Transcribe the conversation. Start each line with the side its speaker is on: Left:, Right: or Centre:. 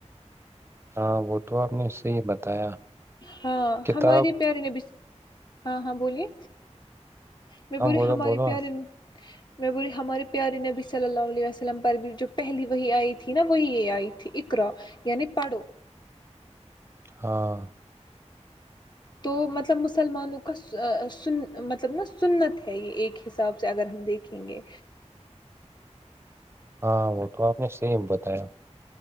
Right: ہاں وہ تو آپ نے صی بتایا
Left: ہاں
Right: کتاب
Left: ہمارے پیارے نےب ہاں ہاں بولیے میں
Right: ہاں
Left: بولی
Right: بولو
Left: ہمارے
Right: بولو
Left: پیارے نے میں بریی ہماری پیاری نے بس ل لاؤ لیا لم پر بھی جو پہلی وہی آئی تھی نا وہی یہ آئی تھی اکرا یعنی پڑو
Right: ہاں
Left: تو مطلب مسلمانوں کا سن مطلب نا سنت ہے یہ ایک حساب سے اگر ہم دیکھیں گے
Right: ہاں وہ تو آپ نے سیم بتایا